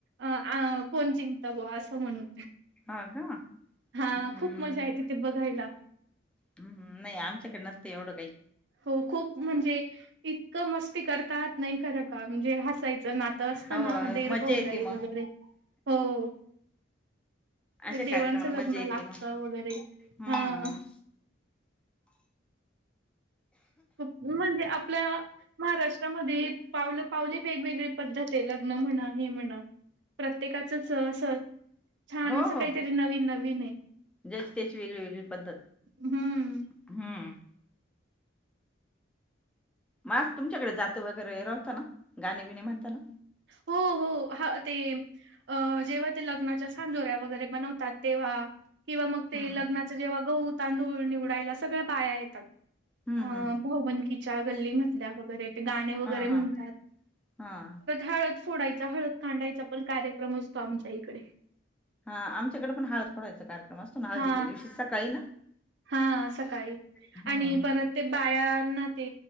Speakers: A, on the right; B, in the centre.
A: आ कोणाची <unintelligible> म्हणून
B: हा का
A: हा
B: हम्म
A: खूप मज्जा येते. बघायला.
B: नाही आमच्याकडनं नस तेवढं काही.
A: हो खूप म्हणजे इतकं मस् ती करतात नाही खरं का म्हणजे हसायचं नातं असतं
B: हो
A: ना दिर
B: मज्जा
A: भाऊजाई
B: येते मग
A: वगैरे हो
B: अशा
A: देवांचं
B: कार्यक्रमाला
A: लग्न
B: मज्जा येते
A: लागत
B: मग
A: वगैरे
B: हम्म
A: हा <unintelligible> म्हणजे आपल्या महाराष्ट्रामध्ये पावलं पावली वेगवेगळी पद्धत आहे लग्न म्हणा ही म्हणा प्रत्येकाचच असं छान
B: हो
A: असं काहीतरी
B: हो
A: नवीन नवीन ने
B: ज्याची त्याची वेगळीवेेगळी पद्धत.
A: हम्म
B: हम्. हम्म. मग आता तुमच्याकडे जातं वगैरे रावता ना गाणे बिनी म्हणता ना?
A: हो हो ह ते अ जेव्हा ते लग्नाच्या.... खांजोऱ्या वगैरे बनवतात तेव्हा... किंवा मग ते
B: हम्म
A: लग्नाच जेव्हा गहू तांदूळ निवडायला सगळ्या बाया येतात
B: हम्म
A: अं
B: हम्म
A: भाऊबनकीच्या गल्लीमधल्या वगैरे ते गाणे वगैरे
B: हा
A: म्हणतात.
B: हा हा
A: हळद फोडायचा हळद खांडायचा पण कार्यक्रम असतो आमच्या इकडे....
B: हा आमच्याकडे पण हळद फोडायचा कार्यक्रम असतो ना हळदीच्या
A: हा
B: दिवशी सकाळी ना...
A: हा सकाळी
B: हम्म.
A: आणि परत ते बाया... <unintelligible> ते